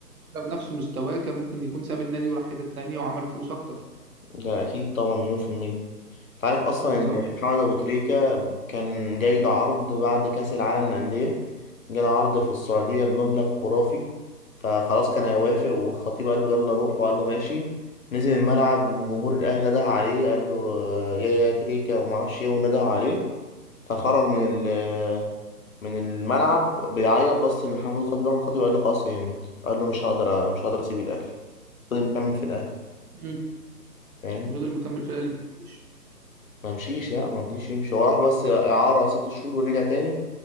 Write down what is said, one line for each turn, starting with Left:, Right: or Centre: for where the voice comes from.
Right: كان بنفس مستواه كان ممكن يكون ساب النادي وراح حتة تانية وعمل فلوس أكتر
Left: ده أكيد طبعا مليون في المية أنت عارف أصلا
Right: بالظبط
Left: إن محمد أبو تريكة كان جاي له عرض بعد كأس العالم للأندية جاله عرض في السعودية بمبلغ خرافي فخلاص كان هيوافق والخطيب قال له يلا روح وقال له ماشي نزل الملعب جمهور الأهلي نده عليه قال له آه، يا يا تريكة ومعرفش إيه ونده عليه فخرج من ال آه، من الملعب بيعيط بص لمحمد الخطيب محمد الخطيب قال له خلاص فهمت قال له مش هقدر مش هقدر أسيب الأهلي فضل مكمل في الأهلي
Right: مم.
Left: فاهم
Right: وفضل مكمل في الأهلي مفيش
Left: ما مشيش لا ما رضيش يمشي هو راح بس إعارة ست شهور ورجع تاني